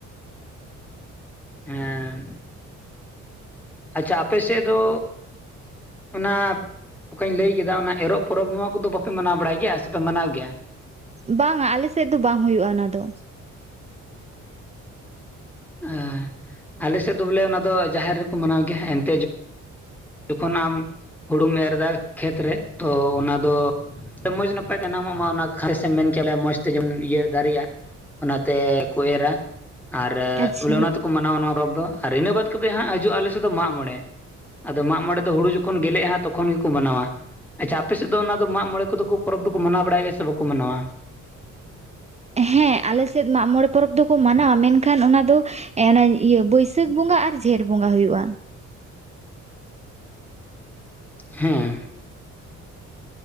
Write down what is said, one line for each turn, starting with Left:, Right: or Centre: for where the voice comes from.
Centre: ᱦᱮᱸ, ᱟᱪᱪᱷᱟ ᱟᱯᱮ ᱥᱮᱫ ᱫᱚ ᱚᱱᱟ ᱚᱠᱟᱧ ᱞᱟᱹᱭ ᱠᱮᱫᱟ ᱚᱱᱟ ᱮᱨᱚᱜ ᱯᱚᱨᱚᱵᱽ ᱱᱚᱣᱟ ᱠᱚᱫᱚ ᱵᱟᱯᱮ ᱢᱟᱱᱟᱣ ᱵᱟᱲᱟᱭ ᱜᱮᱭᱟ ᱥᱮᱯᱮ ᱢᱟᱱᱟᱣ ᱜᱮᱭᱟ
Right: ᱵᱟᱝᱟ ᱟᱞᱮᱥᱮᱫ ᱫᱚ ᱵᱟᱝ ᱦᱩᱭᱩᱜᱼᱟ ᱚᱱᱟ ᱫᱚ
Centre: ᱮᱸ, ᱟᱞᱮ ᱥᱮᱫ ᱫᱚ ᱵᱚᱞᱮ ᱚᱱᱟ ᱫᱚ ᱡᱟᱦᱮᱨ ᱨᱮᱠᱚ ᱢᱟᱱᱟᱣ ᱜᱮᱭᱟ ᱦᱮᱸ ᱮᱱᱛᱮ ᱡᱚᱠᱷᱚᱱ ᱟᱢ ᱦᱩᱲᱩᱢ ᱮᱨᱫᱟ ᱠᱷᱮᱛ ᱨᱮ ᱛᱚ ᱚᱱᱟ ᱫᱚ ᱢᱚᱸᱡᱽ ᱱᱟᱯᱟᱭ ᱛᱮ <unintelligible> ᱢᱟ ᱚᱱᱟ ᱠᱷᱮ ᱥᱮᱢ ᱢᱮᱱ ᱠᱮᱭᱟᱞᱮ ᱚᱱᱟ ᱢᱚᱸᱡᱽ ᱛᱮ ᱡᱚᱢ ᱤᱭᱟᱹ ᱫᱟᱨᱮᱜᱼᱟ ᱚᱱᱟ ᱛᱮᱠᱚ ᱮᱨᱟ ᱟᱨ
Right: ᱟᱪᱪᱷᱟ
Centre: ᱵᱚᱞᱮ ᱚᱱᱟ ᱢᱟᱱᱟᱣᱟ ᱱᱚᱣᱟ ᱯᱚᱨᱚᱵᱽ ᱫᱚ ᱟᱨ ᱤᱱᱟᱹ ᱵᱟᱫᱽ ᱠᱟᱛᱮᱫ ᱦᱟᱸᱜ ᱦᱤᱡᱩᱜᱼᱟ ᱟᱞᱮ ᱥᱮᱫ ᱫᱚ ᱢᱟᱜᱢᱚᱬᱮ ᱟᱫᱚ ᱢᱟᱜ ᱢᱚᱬᱮ ᱫᱚ ᱦᱩᱲᱩ ᱡᱚᱠᱷᱚᱱ ᱜᱮᱞᱮᱜᱼᱟ ᱦᱟᱸᱜ ᱛᱚᱠᱷᱚᱱ ᱜᱮᱠᱚ ᱢᱟᱱᱟᱣᱟ ᱟᱪᱪᱷᱟ ᱟᱯᱮᱥᱮᱫ ᱫᱚ ᱚᱱᱟᱫᱚ ᱢᱟᱜ ᱢᱚᱬᱮ ᱠᱚᱫᱚ ᱠᱚ ᱯᱚᱨᱚᱵᱽ ᱫᱚᱠᱚ ᱢᱟᱱᱟᱣ ᱵᱟᱲᱟᱭ ᱜᱮᱭᱟ ᱥᱮ ᱵᱟᱠᱚ ᱢᱟᱱᱟᱣᱟ᱾
Right: ᱦᱮᱸ ᱟᱞᱮᱥᱮᱫ ᱢᱟᱜᱢᱚᱬᱮ ᱯᱚᱨᱚᱵᱽ ᱫᱚᱠᱚ ᱢᱟᱱᱟᱣᱟ ᱢᱮᱱᱠᱷᱟᱱ ᱚᱱᱟ ᱫᱚ ᱮᱸ, ᱚᱱᱟ ᱤᱭᱟᱹ ᱵᱟᱹᱭᱥᱟᱹᱠᱷ ᱵᱚᱸᱜᱟ ᱟᱨ ᱡᱷᱮᱸᱴ ᱵᱚᱸᱜᱟ ᱦᱩᱭᱩᱜᱼᱟ
Centre: ᱦᱮᱸ